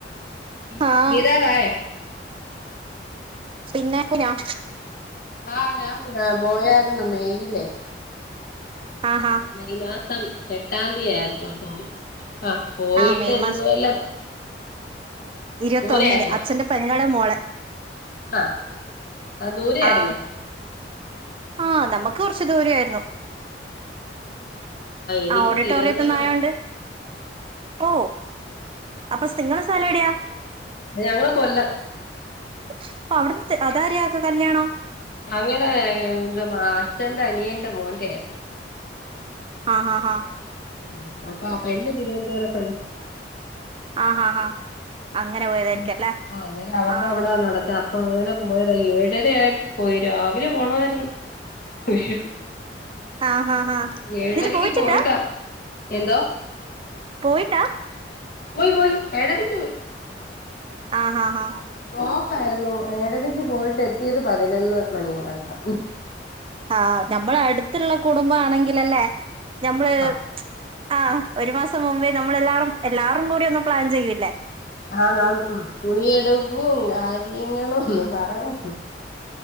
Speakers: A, on the left; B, on the right.
A: തീ
B: ആഹ്
A: തീരാറായോ
B: പിന്നെ <inaudible> ക്കിനാേ
A: ആഹ് ഞാൻ പോയാര്ന്നു മെയിലേ
B: ആഹ് ഹ
A: മെയ് മാസം എട്ടാംതി ആയിര ആഹ് പോയിട്ട്
B: ആഹ് മെയ്
A: ഇതുപോലെ
B: ഇരത്തൊന്നിന്
A: ദൂരെ ആയിരുന്നോ
B: അച്ഛന്റെ പെങ്ങളെ മോളെ
A: ആഹ് ആഹ് ദൂരെ ആയിരുന്നോ
B: ആഹ് ആഹ് നമ്മക്ക് കൊറച് ദൂരെയരുന്നു
A: എനിക്ക്
B: ആഹ് ഓഡിറ്റോറിയത്ത്
A: തിരുവനന്തപുരം
B: ന്നായോണ്ട് ഓ അപ്പൊ സ് ങ്ങളെ സ്ഥലവിടയാ
A: ഞങ്ങള് കൊല്ലം
B: അപ്പ അവിട്ത്തെ അതാര്യാര്താ കല്ല്യാണം
A: ഞങ്ങടെ ന്തെ അച്ഛന്റെ അനിയന്റെ മോന്റെആയിരുന്നു
B: ആഹ് ഹാ ഹാ
A: ഉം അപ്പ ആ പെണ്ണ് തിരുവനന്തപുര ത്തുള്ളെ
B: ആഹ് ആഹ് ആഹ് അങ്ങനെ പോയതായിരിക്കും
A: ഓ
B: അല്ലേ
A: ആ അന്നേരം അവര്ടെ
B: ആഹ്
A: അവടാ നടത്താ അങ്ങനെ പോയതാ ഏഴര ആയപ്പ പോയി രാവിലെ പോണായിരുന്ന്. ഉശോ
B: ആഹ് ആഹ് ആഹ്
A: ഏഴരക്
B: എന്നിട്ട് പോയിട്ടുണ്ടാ
A: പോയിട്ടാ എന്തോ.
B: പോയില്ലാ.
A: പോയ്‌ പോയ്‌ ഏഴരക് പോയി.
B: ആഹാ ഹാ.
A: ബ്ലോക്കായിരുന്നു ഏഴരക് പോയിട്ട് എത്തിയത് പതിനൊന്ന് മണിയങ്ങാണ്ടാ
B: ആഹ് ഞമ്മളെ അട്ത്ത്ള്ള കുടുംബ ആണെങ്കിലല്ലേ ഞമ്മ്ള്
A: ആഹ്
B: ആഹ് ഒരു മാസം മുമ്പേ നമ്മളെല്ലാറും എല്ലാറും കൂടി ഒന്ന് പ്ലാൻ ചെയ്യൂല്ലേ
A: ആന്നാന്ന് ഉം തുണിയെടുപ്പും കാര്യങ്ങളും ഒന്നും പറയൺ